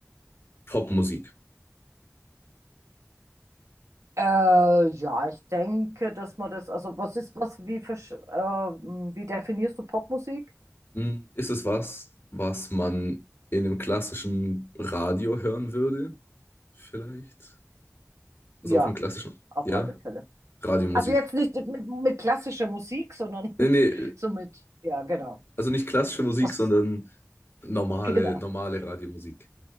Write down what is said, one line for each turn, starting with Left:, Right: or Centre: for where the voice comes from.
Left: Popmusik.
Right: Äh, ja, ich denke, dass man das, also was ist, was, wie, versch- ähm, wie definierst du Popmusik?
Left: Hm, Ist es was, was man in einem klassischen Radio hören würde? Vielleicht?
Right: Ja,
Left: Also auf einem klassischen,
Right: auf
Left: ja?
Right: alle Fälle.
Left: Radiomusik.
Right: Also jetzt nicht mit, mit klassischer Musik, sondern
Left: Nee,
Right: <laughs>
Left: nee,
Right: so mit, ja, genau.
Left: also nicht klassische Musik,
Right: Was,
Left: sondern normale,
Right: <laughs> genau.
Left: normale Radiomusik.